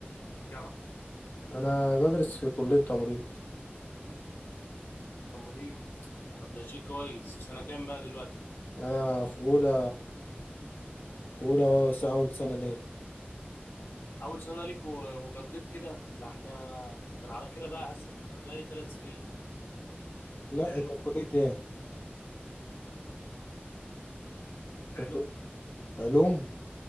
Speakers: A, on the left (about 70°); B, on the left (about 55°).
A: في الجامعة؟
B: انا بدرس في كليه تمريض
A: تمريض طب ده شيء كويس في سنة كام بقى دلوقتي؟
B: انا في اولى في اولى أهو، س- اول سنه ليه
A: أول سنة ليك و- وجديت كده ده احنا ده أنا على كده بقى أسد أنا بقى لي ثلاث سنين
B: لا
A: في علوم
B: انت في كليه ايه
A: في
B: تفكير
A: علوم
B: علوم